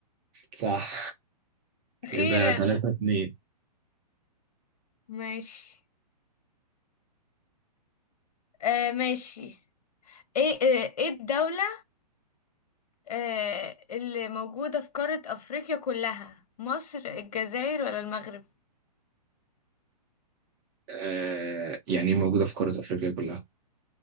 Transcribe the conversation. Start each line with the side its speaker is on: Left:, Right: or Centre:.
Right: صح
Left: اخيرا
Right: كده 3 2
Left: ماشي آه ماشي ايه آه، ايه الدولة آه، اللي موجودة في قارة افريقيا كلها مصر الجزائر ولا المغرب
Right: آه يعني موجودة في قارة افريقيا كلها